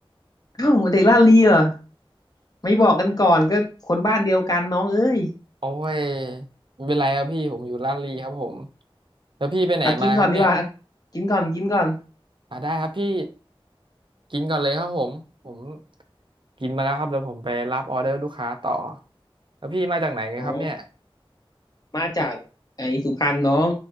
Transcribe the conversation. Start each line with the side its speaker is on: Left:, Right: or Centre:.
Left: อ้าวเด็กลาดเลียเหรอไม่บอกกันก่อนก็คนบ้านเดียวกันน้องเอ้ย
Right: โอ้ยไม่เป็นไรครับพี่ผมอยู่ลาดลีครับผมแล้วพี่ไปไหนมาครับเนี่ย
Left: อ่ะกินก่อนดีกว่าอ่ะกินก่อนกินก่อน
Right: อ่าได้ครับพี่กินก่อนเลยครับผมผมกินมาแล้วครับเดี๋ยวผมไปรับออเดอร์ลูกค้าต่อแล้วพี่มาจากไหนกันครับเนี่ย
Left: อ๋อมาจากไอ้สุพรรณน้อง